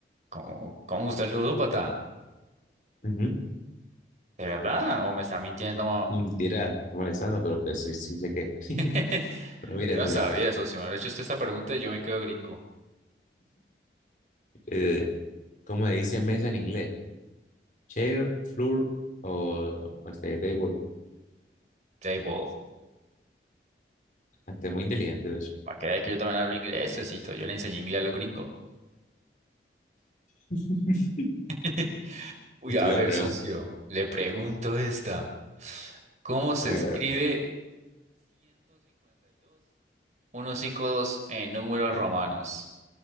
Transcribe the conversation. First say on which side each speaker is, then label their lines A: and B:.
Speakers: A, on the right; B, on the left.
A: ¿Cómo, cómo usted es ludópata?
B: Ujú.
A: ¿De verdad? ¿O me está mintiendo?
B: Mentira, estoy molestando, pero pues sí, sí sé que. <laughs>
A: <laughs>
B: Pero mire,
A: Yo no
B: socio,
A: sabía eso. Si me hubiera hecho usted esta pregunta, yo me quedo gringo.
B: eh, ¿cómo le dice mesa en inglés? Chair, floor o, o este table.
A: Table.
B: Ah, Usted es muy inteligente, socio.
A: Para que vea que yo también hablo inglés, socito. Yo le enseñé inglés a los gringos.
B: <laughs>
A: <laughs> Uy,
B: Usted
A: a
B: lo
A: ver,
B: creo.
A: socio. Le pregunto esta. ¿Cómo se
B: Hágale,
A: escribe
B: a ver.
A: 152, dos en números romanos?